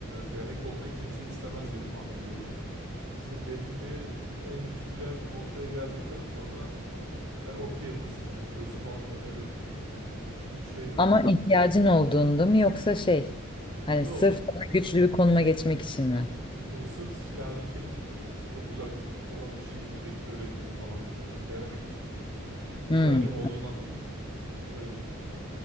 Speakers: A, on the right; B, on the left.
A: denek olmayı kimse istemez diye tahmin ediyorum. İşte belli bir endüstriyel noktaya geldikten sonra ben okeyim aslında yani gözü falan takabilirim. Çünkü şey böyle
B: Ama ihtiyacın olduğunda mı yoksa şey
A: yo
B: hani sırf daha güçlü bir konuma geçmek için mi?
A: yo sırf şey- yani şey için böyle mesela çok uzak olan bir şeyi direkt görebileyim falan diye öyle denemek için. Yani ihtiyacım
B: Hmm.
A: olduğundan da değil. Öyle diyeyim.